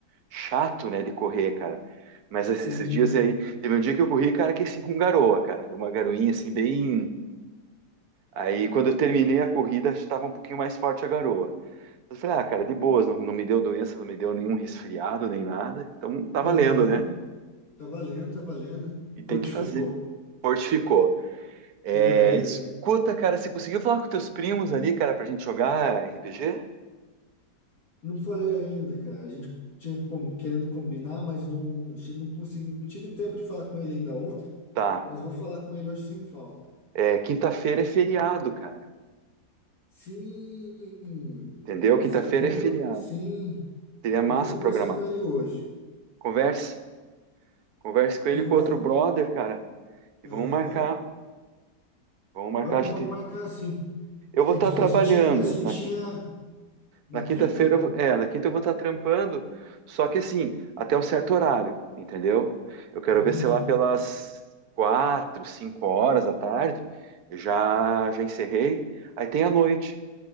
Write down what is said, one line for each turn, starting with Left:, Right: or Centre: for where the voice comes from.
Right: chato, né, de correr, cara. Mas
Left: Sim,
Right: esses esses dias aí, teve um dia que eu corri, cara, que assim com garoa, cara. Deu uma garoinha assim bem. Aí quando eu terminei a corrida, estava um pouquinho mais forte a garoa. Eu falei, ah, cara, de boas, não, não me deu doença, não me deu nenhum resfriado, nem nada. Então tá
Left: aham,
Right: valendo, né?
Left: tá valendo, tá valendo.
Right: E tem
Left: Fortificou
Right: que fazer. Fortificou. É,
Left: o organismo.
Right: escuta, cara, você conseguiu falar com teus primos ali, cara, pra gente jogar RPG?
Left: Não falei ainda, cara. A gente tinha com- querendo combinar, mas não, che- não consegui, não tive tempo de falar com ele ainda ontem,
Right: Tá.
Left: mas vou falar com ele hoje sem falta.
Right: É, quinta-feira é feriado, cara.
Left: Sim,
Right: Entendeu?
Left: é,
Right: Quinta-feira
Left: isso- vamos,
Right: é feriado.
Left: pro- sim,
Right: Seria massa
Left: eu vou conversar
Right: programar.
Left: com ele hoje.
Right: Converse, converse com
Left: Perguntar,
Right: ele e com outro brother, cara, e
Left: aham,
Right: vamos marcar, vamos marcar
Left: vamos,
Right: a gente.
Left: vamos marcar assim.
Right: Eu
Left: Que
Right: vou estar
Left: di-
Right: trabalhando
Left: a gente tinha, a gente
Right: na,
Left: tinha
Right: quin-
Left: na
Right: na quinta-feira,
Left: quinta?
Right: eu vou- é, na quinta eu vou estar trampando, só que assim, até um certo horário, entendeu? Eu quero
Left: Entendi.
Right: ver, sei lá, pelas quatro, cinco horas da tarde, eu já já encerrei. Aí tem a noite.